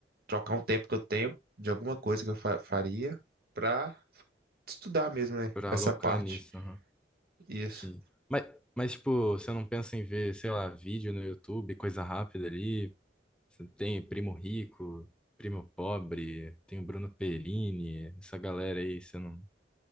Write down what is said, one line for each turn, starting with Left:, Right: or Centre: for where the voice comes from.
Right: trocar um tempo que eu tenho de alguma coisa que eu fa- faria pra estudar mesmo, né?
Centre: Para
Right: Essa
Centre: alocar
Right: parte.
Centre: nisso,
Right: Isso.
Centre: Sim. Mas, mas, tipo, você não pensa em ver, sei lá, vídeo no YouTube, coisa rápida ali? Você Tem Primo Rico, Primo Pobre, tem o Bruno Perini, essa galera aí, você não,